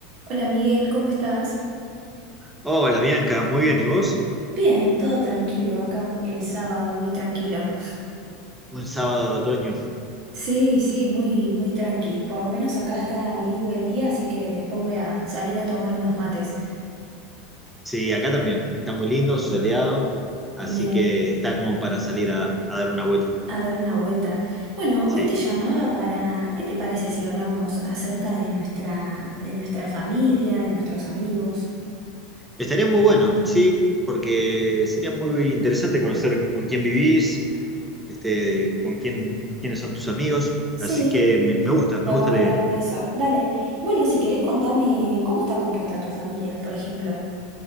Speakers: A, on the right; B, in the centre.
A: Hola Miguel, ¿cómo estás?
B: Hola Bianca, muy bien, ¿y vos?
A: Bien, todo tranquilo acá, el sábado, muy tranquilo.
B: Un sábado de otoño.
A: Sí, sí, muy, muy tranqui. Por lo menos acá está lindo el día, así que después voy a salir a tomar unos mates.
B: Sí, acá también, está muy lindo, soleado, así
A: Bien,
B: que está como para salir a, a dar una vuelta.
A: a dar una vuelta. Bueno,
B: Sí,
A: hoy te llamaba para, ¿qué te parece si hablamos acerca de nuestra, de nuestra familia, de nuestros amigos?
B: estaría muy bueno, sí, porque sería muy interesante conocer con quién vivís, este, con quién, quiénes son tus amigos,
A: Sí,
B: así que me, me gusta,
A: vamos
B: me gusta
A: a
B: la
A: hablar
B: idea.
A: de eso. Dale. Bueno, si querés contame cómo está compuesta tu familia, por ejemplo.